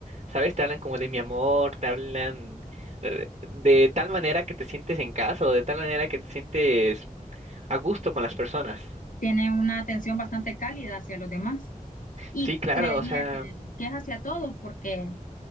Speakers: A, on the right; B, on the left.
A: ¿sabes? Te hablan como de mi amor, te hablan eh, de tal manera que te sientes en casa o de tal manera que te sientes a gusto con las personas.
B: Tiene una atención bastante cálida hacia los demás. y
A: Sí, claro,
B: creería
A: o sea,
B: que, que es hacia todos porque